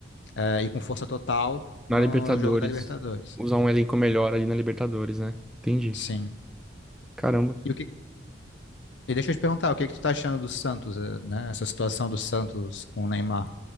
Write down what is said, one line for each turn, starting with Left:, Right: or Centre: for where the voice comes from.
Left: é, ir com força total
Centre: Na
Left: no
Centre: Libertadores,
Left: jogo da Libertadores.
Centre: usar um elenco melhor ali na Libertadores, né? Entendi.
Left: Sim.
Centre: Caramba.
Left: E o que, e deixa eu te perguntar, o que que tu tá achando do Santos, eh, né? Essa situação do Santos com o Neymar.